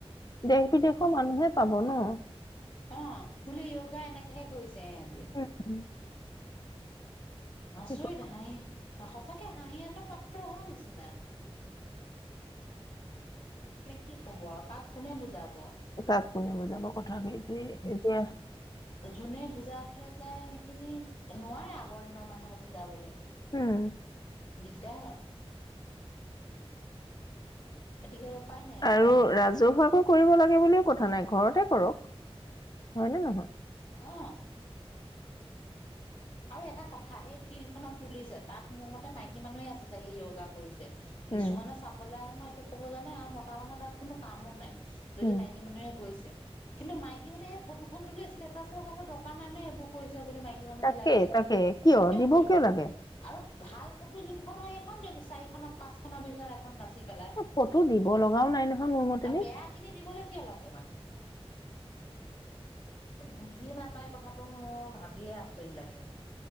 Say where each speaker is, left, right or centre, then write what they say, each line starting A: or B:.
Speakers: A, on the left; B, on the left.
A: দেশ বিদেশৰ মানুহে পাব ন।
B: অ বোলে য়োগা এনেকেহে কৰিছে এহেতি।
A: উম,
B: আচৰিত
A: কি ক
B: হাঁহি সঁচাকে হাঁহি এটা পাত্ৰ হোৱা নিচিনা ত কি কব আৰু কাক কোনে বুজাব। উ
A: তাক কোনে বুজাব কথা সেইটোৱে এতিয়া
B: যোনে বুজাবলে। যায় সেইখিনি নোৱাৰে আগৰ দিনৰ মানুহক বুজাবলৈ।
A: উম
B: দিগদাৰ। গতিকে উপায় নাই
A: আৰু ৰাজহুৱা আকৌ। কৰিব লাগে বুলিও কথা নাই ঘৰতে কৰক হয় নে নহয়।
B: অ আৰু এটা কথা সেই ফিল্ড খনত তুলিছে তাত মোৰ মতে মাইকী মানুহে আছে চাগে য়োগা কৰিছে। কিছুমানে
A: উম
B: চাবলৈ আহে মই এইটো ক'ব জানাই আৰু মতা মানুহৰ তাত কোনো কামো নাই। যদি
A: উম
B: মাইকী মানুহে গৈছে। কিন্তু মাইকী মানুহে এই ফটোখন তুলি ষ্টেটাছ লগাব দৰকাৰ নাই নহয় এইবোৰ কৰিছে বুলি মাইকী মানুহ
A: তাকে
B: বিলাক কিয়
A: তাকে দিব
B: কৰিছে
A: কিয় লাগে
B: আৰু। ভাল ফটো যোনখন হয় সেইখন দে চাৰিখন পাঁচ খনৰ ভিতৰত এখন বাচ পেলাই
A: এ ফটো
B: আৰু
A: দিব লগাও নাই নহয় মোৰ মতেদি
B: বেয়া খিনি দিবলৈ কিয় লাগে মানে। বুজি নাপাই কথাটো মোৰ ভাবিয়ে আচৰিত লাগে।